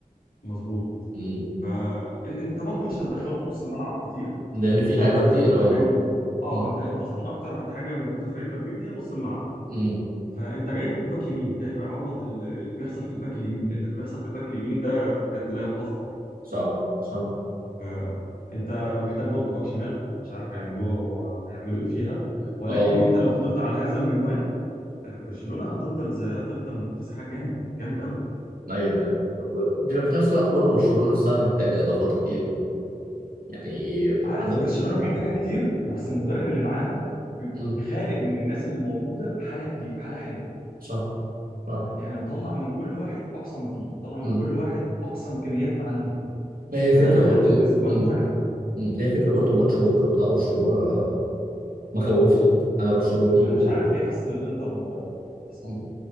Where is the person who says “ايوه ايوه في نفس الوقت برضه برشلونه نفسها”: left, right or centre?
Right